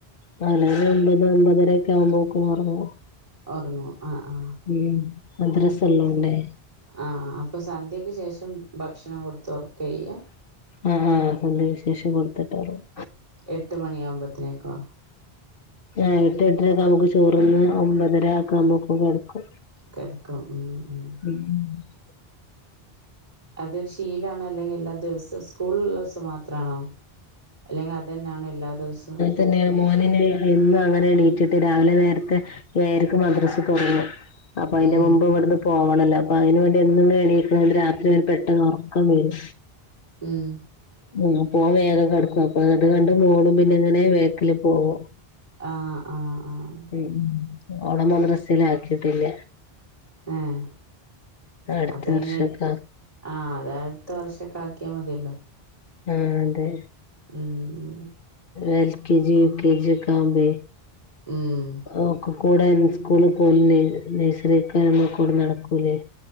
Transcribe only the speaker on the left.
പലരുംഒമ്പത് ഒമ്പതരൊക്കെ ആ കുമ്പോക്ക് ഒറങ്ങ്‌
ഉം മദ്രസ ളോണ്ടേ
ആഹ് ആഹ് സന്ധ്യക്ശേഷം കൊടുത്തിട്ട് ഒറങ്ങും
ആ എട്ട് എട്ടരക്കാമ്പക്ക് ചോറ്ന്ന് ഒമ്പതര ആക്കാമ്പൊക്കെ കെടക്കു.
<inaudible>
തന്നെയാ മോനിനെ എന്നും അങ്ങനെണീറ്റിട്ട് രാവിലെ നേരത്തെ ഏഴരക്ക് മദ്രസ് തൊടങ്ങും അപ്പൊ അതിന്റെ
മുമ്പ് ഇവിടുന്ന് പോവണല്ലൊ അപ്പൊ അതിന് വേണ്ടി എന്നു എന്നു എണീക്കുമ്പക്ക്‌ രാത്രി <unintelligible> പെട്ടെന്നൊറക്കം വരും
ഉം അപ്പോ ഓന് വേഗം കെടക്ക <unintelligible> കണ്ട് മോളും പിന്നങ്ങനേ ബേക്കില് പോവും
ഉം ഉം ഓളെ മദ്റസയിലാക്കിയിട്ടില്ല
അടുത്ത
വർഷൊക്കെ ആ
ആഹ് അതെ.
L K G U K G ഒക്കാവുമ്പെ
ഓക്കും. കൂടെ ൻ സ്കൂള്ന്ന് പോയില്ലെ നൈസറിക ന്ന് കൂടെ നടക്കൂലേ.